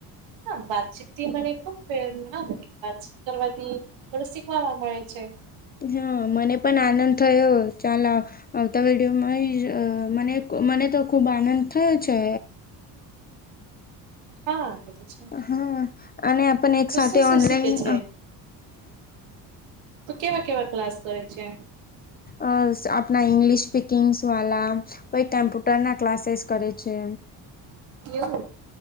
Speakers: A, on the right; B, on the left.
A: હ વાતચીતથી મને ખુબપ્રેરણા મળી હ વાતચીત કરવાથી થોડું શીખવામાં મળે છે.
B: હા મને પણ આનંદ થયો ચાલ આવ આવતા વિડીયોમાં મને મને તો ખુબ આનંદ થયો છે.
A: હા કેતો છે
B: હા અને આપણ એક
A: તો
B: સાથે
A: શું શું
B: ઓનલાઈન
A: શીખે છે. તુ કેવા-કેવા ક્લાસ કરે છે.
B: અ આપણા ઇંગ્લિશ સ્પીકિંગ્સવાલા પછી કમ્પ્યુટરના ક્લાસેસ કરે છે.
A: એવુ.